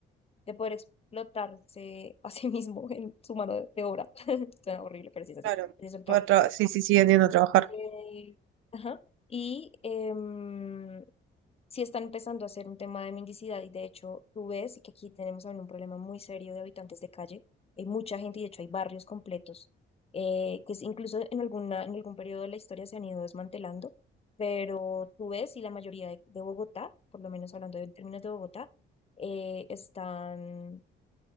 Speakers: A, on the left (about 30°); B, on the right (about 85°).
A: de poder explotarse a sí <laughs> mismo en su mano de de obra. <laughs> Suena horrible, pero sí es así.
B: Claro.
A: Ese es el trabajo.
B: Poder tra- sí, sí, sí, entiendo trabajar.
A: Eh, ajá. Y em, sí están empezando a ser un tema de mendicidad y de hecho tú ves que aquí tenemos también un problema muy serio de habitantes de calle. Hay mucha gente y de hecho hay barrios completos eh, que es- incluso en alguna, en algún periodo de la historia se han ido desmantelando, pero tú ves y la mayoría de, de Bogotá, por lo menos hablando en términos de Bogotá, eh, están